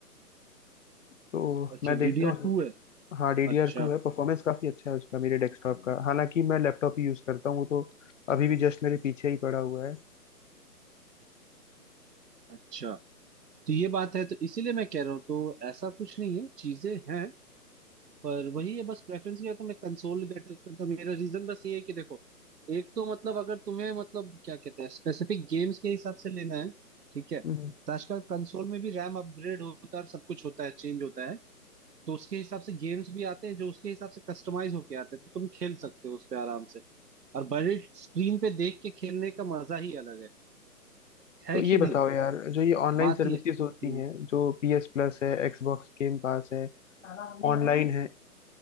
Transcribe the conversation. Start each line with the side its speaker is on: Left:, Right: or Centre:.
Left: तो
Right: अच्छा
Left: मैं देखता
Right: डीडीआर
Left: हूँ
Right: टू है
Left: हाँ डीडीआर
Right: अच्छा
Left: टू है परफॉर्मेंस काफी अच्छा है उसका मेरे डेस्कटॉप का हालांकि मैं लैपटॉप ही यूज करता हूँ वो तो अभी भी जस्ट मेरे पीछे ही पड़ा हुआ है
Right: अच्छा तो ये बात है तो इसीलिए मैं कह रहा हूँ तो ऐसा कुछ नहीं है चीजें हैं पर वही है बस प्रेफरेंस क्या था मैं कंसोलिडेटेड करता हूं। मेरा रीजन बस ये है कि देखो एक तो मतलब अगर तुम्हें मतलब क्या कहते हैं स्पेसिफिक गेम्स के हिसाब से लेना है ठीक है
Left: हम्म,
Right: तो आजकल कंसोल में भी रैम अपग्रेड होता है और सब कुछ होता है चेंज होता है तो उसके हिसाब से गेम्स भी आते हैं जो उसके हिसाब से कस्टमाइज होके आते हैं तो तुम खेल सकते हो उस पे आराम से और बड़े स्क्रीन पे देख के खेलने का मजा ही अलग है है
Left: तो ये
Right: कि नहीं
Left: बताओ यार जो ये ऑनलाइन
Right: बात
Left: सर्विसेज
Right: ही है हम्म
Left: होती हैं जो PS प्लस है Xbox गेम पास है ऑनलाइन है